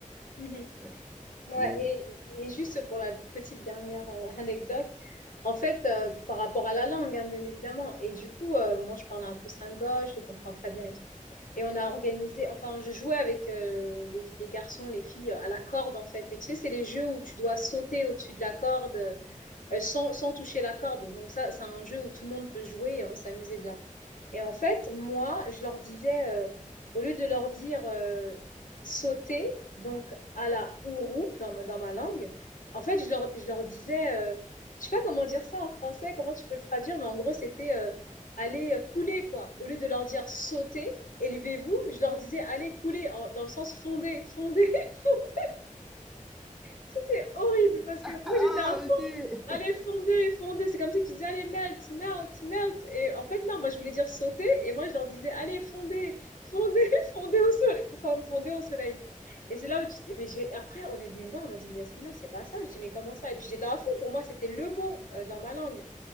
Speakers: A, on the left; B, in the centre.
A: Mhm.
B: ouais.
A: Ouais,
B: Mais...
A: et, et juste pour la petite dernière euh, anecdote, en fait, euh, par rapport à la langue, hein, bien évidemment, et du coup, euh, moi, je parlais un peu slingoche, je le comprends très bien et tout. Et on a organisé, enfin, je jouais avec euh, les, les garçons, les filles euh, à la corde, en fait. Mais tu sais, c'est les jeux où tu dois sauter au-dessus de la corde, euh, euh, sans, sans toucher la corde. Donc ça, c'est un jeu où tout le monde peut jouer et on s'amusait bien. Et en fait, moi, je leur disais, euh, au lieu de leur dire euh, sauter, donc à la ourou dans ma, dans ma langue, en fait, je leur, je leur disais, euh, je sais pas comment dire ça en français, comment tu peux le traduire, mais en gros, c'était euh, aller euh, couler, quoi. Au lieu de leur dire sauter, élevez-vous, je leur disais allez couler, en- dans le sens fonder, fonder, <laughs> C'était horrible parce que moi
B: Ah,
A: j'étais à fond.
B: ok! <laughs>
A: Allez, fonder, fonder. C'est comme si tu disais allez, melt, melt, melt. Et en fait, non, moi je voulais dire sauter et moi je leur disais allez, fonder, fonder, <laughs> fonder au soleil. Enfin, fonder au soleil. Et c'est là où tu t'es- Mais j'ai... après, on est venu me voir, on m'a dit mais Yasmina, c'est pas ça. Je dis mais comment ça? Et puis j'étais à fond. Pour moi, c'était le mot euh, dans ma langue.